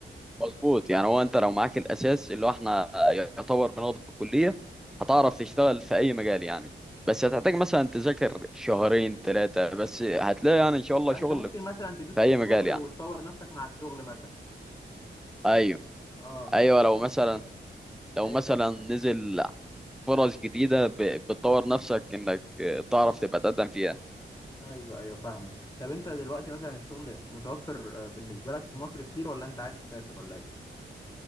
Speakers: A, in the centre; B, on the left.
A: مظبوط يعني هو انت لو معاك
B: مم.
A: الاساس اللي هو احنا يعتبر بناخده في الكليه هتعرف
B: مم.
A: تشتغل في اي مجال يعني بس هتحتاج مثلا تذاكر شهرين
B: مم.
A: ثلاثه بس هتلاقي يعني ان شاء الله شغل
B: انت ممكن
A: في
B: مثلا تدوس
A: في
B: في
A: اي مجال
B: الشغل
A: يعني
B: وتطور نفسك مع الشغل مثلا
A: ايوه
B: اه
A: ايوه لو مثلا لو
B: انت
A: مثلا نزل فرص جديده ب- بتطور نفسك انك تعرف تبقى تقدم فيها
B: ايوه ايوه فاهمك طب انت دلوقتي مثلا الشغل متوفر آه، بالنسبه لك في مصر كتير ولا انت عايز تسافر ولا ايه